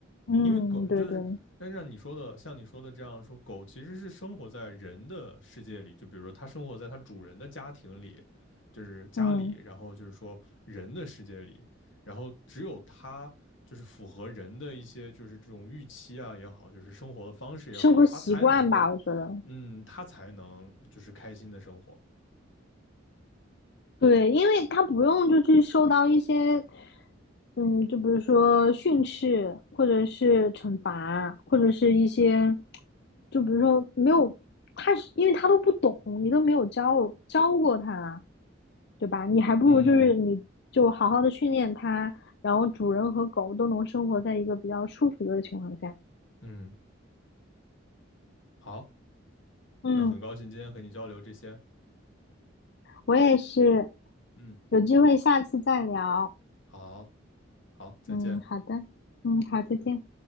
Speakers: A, on the left; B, on the left.
A: 嗯，
B: 因为狗就是，
A: 对对，
B: 但像你说的，像你说的这样说，狗其实是生活在人的世界里，就比如说它生活在它主人的家庭里，就是家里，
A: 嗯，
B: 然后就是说人的世界里，然后只有它就是符合人的一些就是这种预期啊也好，就是生活的方式也好，
A: 生活习惯吧，
B: 它才能够，
A: 我觉得
B: 嗯，它才能就是开心的生活。
A: 对，因为他不用就去受到一些，嗯，就比如说训斥，或者是惩罚，或者是一些，就比如说没有他是，因为他都不懂，你都没有教教过他，对吧？你还不如就是你就好好的训练他，
B: 嗯
A: 然后主人和狗都能生活在一个比较舒服的情况下。
B: 嗯，好，
A: 嗯，
B: 那很高兴今天和你交流这些。
A: 我也是，
B: 嗯，
A: 有机会下次再聊。
B: 好，好，再见。
A: 嗯，好的，嗯，好，再见。